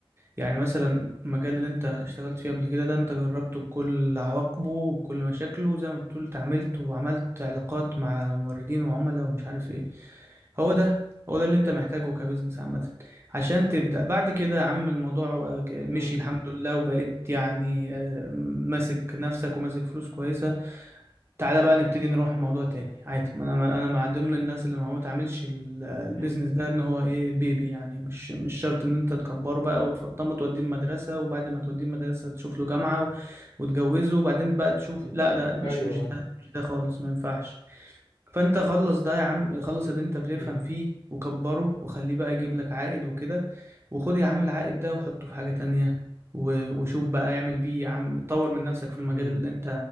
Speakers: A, on the right; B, on the left.
A: يعني مثلا المجال اللي انت اشتغلت فيه قبل كده ده انت جربته بكل عواقبه وبكل مشاكله زي ما بتقول اتعاملت وعملت علاقات مع موردين وعملاء ومش عارف ايه هو ده هو ده اللي انت محتاجه كبزنس عامة عشان تبدأ بعد كده يا عم الموضوع مشي
B: مم.
A: الحمد لله وبقيت يعني آه، ماسك نفسك وماسك فلوس كويسة تعالى بقى نبتدي نروح موضوع تاني عادي ما انا ما انا مع ضمن الناس اللي ما هو تعملش ال- البيزنس
B: مم.
A: ده ان هو ايه بيبي يعني مش مش شرط ان انت تكبره بقى وتفطمه توديه المدرسه وبعد ما توديه المدرسه تشوف له جامعه و- وتجوزه وبعدين بقى تشوف
B: مم.
A: لا لا مش
B: أيوه
A: مش ده
B: أيوه
A: مش ده خالص ما ينفعش فانت خلص ده يا عم خلص
B: مم.
A: اللي انت بتفهم
B: مم.
A: فيه وكبره وخليه بقى يجيب لك عائد وكده وخد يا عم العائد ده وحطه في حاجه تانية و- وشوف بقى اعمل بيه يا عم طور من نفسك في المجال
B: مم.
A: اللي انت